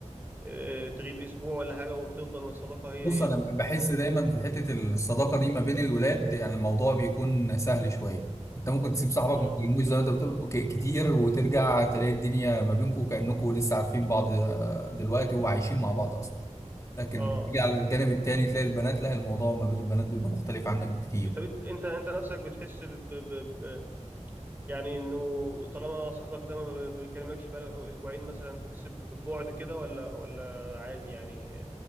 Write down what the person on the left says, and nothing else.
بص
انا
بحس
دايما في حته الصداقه دي ما بين الولاد يعني الموضوع بيكون سهل شويه انت ممكن تسيب صاحبك
ما تكلموش زي ما انت بتقول ك- كتير وترجع تلاقي الدنيا ما بينكم كانكم لسه عارفين بعض آه، دلوقتي وعايشين مع بعض اصلا لكن
تيجي على الجانب التاني تلاقي البنات لا الموضوع ما بين البنات بيبقى مختلف عنك بكتير